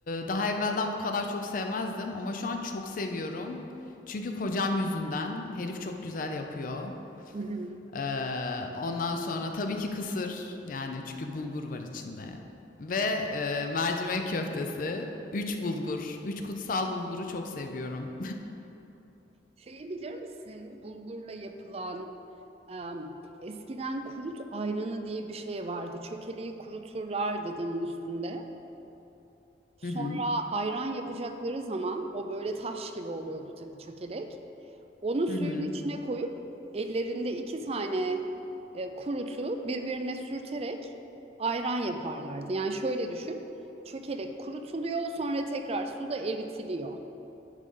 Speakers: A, on the left; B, on the right.
A: daha evvelden bu kadar çok sevmezdim ama şu an çok seviyorum. Çünkü kocam yüzünden herif çok güzel yapıyor.
B: Hı hı.
A: Ee, ondan sonra tabii ki kısır yani çünkü bulgur var içinde ve e, mercimek köftesi. Üç bulgur, üç kutsal bulguru çok seviyorum.
B: Şeyi bilir misin? Bulgurla yapılan em, eskiden kurut ayranı diye bir şey vardı. Çökeleği kuruturlardı damın üstünde. Sonra
A: <laughs> Hı hı,
B: ayran yapacakları zaman o böyle taş gibi oluyordu tabii çökelek. Onu suyun
A: hı hı.
B: içine koyup ellerinde iki tane e, kurutu birbirine sürterek ayran yaparlardı. Yani şöyle düşün. Çökelek kurutuluyor, sonra tekrar suda eritiliyor.